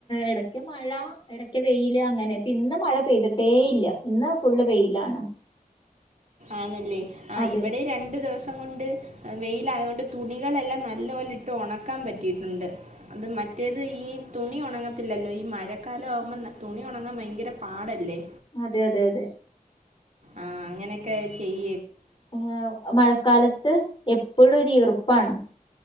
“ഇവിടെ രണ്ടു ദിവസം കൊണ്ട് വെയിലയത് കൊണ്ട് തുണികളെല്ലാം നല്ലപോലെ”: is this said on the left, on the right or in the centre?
Right